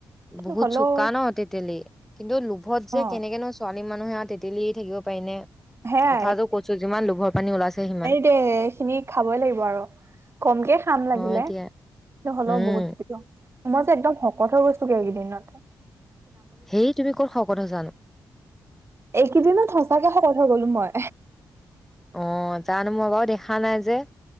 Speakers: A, on the right; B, in the centre.
A: কিন্তু
B: বহুত
A: হ'লেও
B: চোকা ন' তেতেলি কিন্তু লোভত যে
A: অ
B: কেনেকে নো ছোৱালী মানুহে আ তেতেলী এৰি থাকিব পাইনে
A: সেয়াই
B: কথাটো কৈছো যিমান লোভৰ পানী ওলাইছে সিমান।
A: তে এই খিনি খাবই লাগিব আৰু কমকে খাম লাগিলে
B: হয় দিয়া
A: নহ'লও
B: উম
A: বহুত মই যে একদম শকত হৈ গৈছলোঁ গে একেইদিনত।
B: সেই তুমি ক'ত শকত হৈছে নো।
A: এইকেইদিনত সঁচাকে শকত হৈ গলোঁ মই।
B: অ' জানো মই বাৰু দেখা নাই যে।